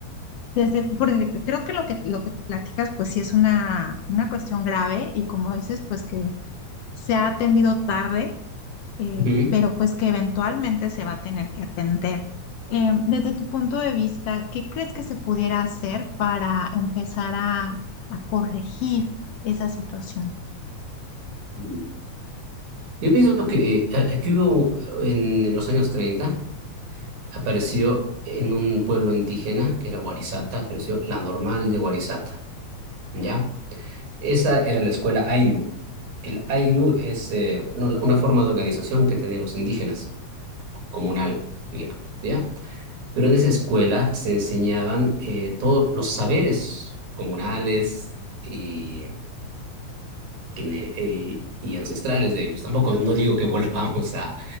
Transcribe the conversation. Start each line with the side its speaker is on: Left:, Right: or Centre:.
Left: desde, porque creo que lo que lo que platicas, pues sí es una, una cuestión grave, y como dices, pues que se ha atendido tarde, eh,
Right: Ujú.
Left: pero pues que eventualmente se va a tener que atender. Em, desde tu punto de vista, ¿qué crees que se pudiera hacer para empezar a, a corregir esa situación?
Right: Ujú. Yo pienso que eh, aquí hubo en los años 30, apareció en un pueblo indígena que era Warisata, apareció la normal de Warisata, ¿ya? Esa era la escuela Ayllu. El Ayllu es eh, una, una forma de organización que tenían los indígenas, comunal, digamos, ¿ya? Pero en esa escuela se enseñaban eh, todos los saberes comunales y, que- eh, y ancestrales de ellos. Tampoco, no digo que <laughs> volvamos a